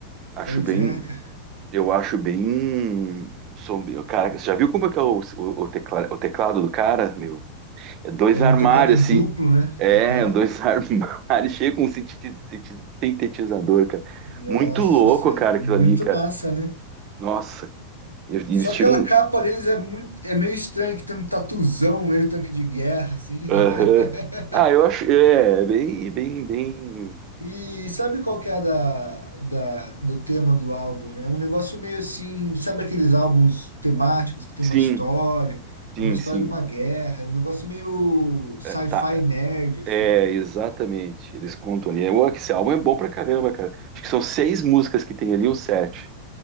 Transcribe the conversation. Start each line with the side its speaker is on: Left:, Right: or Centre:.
Right: Acho
Left: pois
Right: bem,
Left: é, cara.
Right: eu acho bem sombrio. Cara, você já viu como é que é o, o, o tecla- o teclado do cara, meu? Dois
Left: É
Right: armários,
Left: um teclado duplo,
Right: assim.
Left: né?
Right: É,
Left: Aham.
Right: dois <laughs> armários cheios com sinteti- sinteti- sintetizador, cara.
Left: Nossa
Right: Muito louco,
Left: senhora,
Right: cara,
Left: muito
Right: aquilo ali, cara.
Left: massa, né?
Right: Nossa, e eles
Left: Só
Right: tiram.
Left: aquela
Right: um,
Left: capa deles é muito, é meio estranho, que tem um tatuzão, meio tanque de guerra, assim.
Right: Aham.
Left: né? <laughs>
Right: Ah, eu acho. É, é bem, bem, bem.
Left: E sabe qual que é a da, da, do tema do álbum, né? É Um negócio meio assim, sabe aqueles álbuns temáticos que tem
Right: Sim,
Left: uma história,
Right: sim,
Left: é uma história
Right: sim.
Left: de uma guerra, é um negócio meio sci-fi
Right: É, tá.
Left: nerd, assim.
Right: É, exatamente. Eles contam ali. Ué, que esse álbum é bom pra caramba, cara. Acho que são seis músicas que tem ali, ou sete.